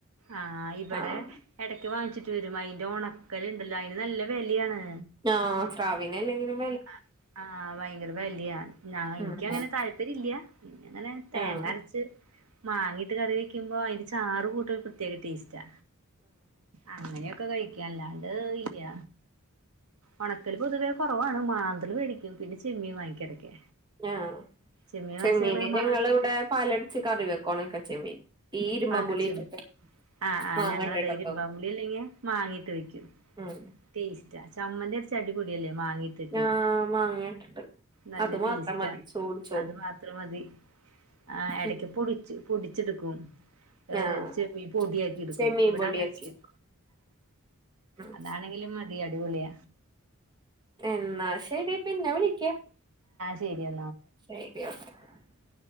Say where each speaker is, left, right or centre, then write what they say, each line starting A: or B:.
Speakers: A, on the right (about 80°); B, on the right (about 20°).
A: ആ ഇവിടെ
B: ആഹ്
A: എടക്ക് വാങ്ങിച്ചിട്ട് വരും അയിന്റെ ഒണ ക്കലുണ്ടല്ലോ അയിന് നല്ല വെലയാണ്.
B: ആഹാ സ്രാവിനല്ലെങ്കിലും
A: അ ആഹാ വയങ്കര വെലയ ഞാൻ എനിക്കങ്ങനെ
B: ആഹ്
A: താല്പര്യല്ല പിന്നങ്ങനെ തേങ്ങരച്ച്
B: ആഹ്
A: മാങ്ങിയിട്ട് കറി വെയ്ക്കുമ്പോ അയിന്റെ ചാറ് കൂട്ടാനൊരു പ്രേത്യേക ടേസ്റ്റാ. അങ്ങനെയൊക്കെ കഴിക് അല്ലാണ്ട് ഇല്ല്യ. ഒണക്കല് പൊതുവേ കൊറവാ മാന്തല് വേടിക്കും പിന്നെ ചെമ്മീ വാങ്ങിക്കും എടക്ക്.
B: ആഹ
A: ചെമ്മീൻ
B: ചെമ്മീന്
A: വാങ്ങിച്ച് ഞങ്ങള്
B: ഞങ്ങളിവിടെ
A: മാങ്ങീട്ട്
B: പാലരച്ച് കറി വെക്കും ഒണക്കെ ചെമ്മീൻ ഈരുമ്പമ്പുളിട്ടിട്ട്
A: ഒണക്കച്ചെമ്മീൻ ആഹ് ആഹ്
B: മാങ്ങട്ടിട്ടൊക്കെ
A: ഞങ്ങളതെ ഇരുമ്പാമ്പുളി
B: വെക്കും.
A: അല്ലെങ്കി മാങ്ങയിട്ട് വെക്കും
B: ഉം
A: ടേസ്റ്റാ ചമ്മന്തി അരച്ച അടിപൊളിയല്ലേ മാങ്ങയിട്ടിട്ട്?
B: ആഹ് മാങ്ങ ഇട്ടിട്ട്
A: നല്ല
B: അത്
A: ടേസ്റ്റ
B: മാത്രം മതി ചൂട് ചോറ്
A: അത് മാത്രം മതി അ എടക്ക്
B: ഉം
A: <unintelligible> ച്ചെടുക്കും. <unintelligible>
B: ആഹ്
A: എടുക്കും
B: ചെമ്മീൻ
A: ഇവിടെ
B: പൊടിയാക്കി
A: അങ്ങനെ ചെയ്യും.
B: ഉം
A: അതാണെങ്കിലും മത് യടിപൊളിയ.
B: എന്നാ ശെരി പിന്നെ വിളിക്കാം.
A: ശെരിയാ
B: <inaudible>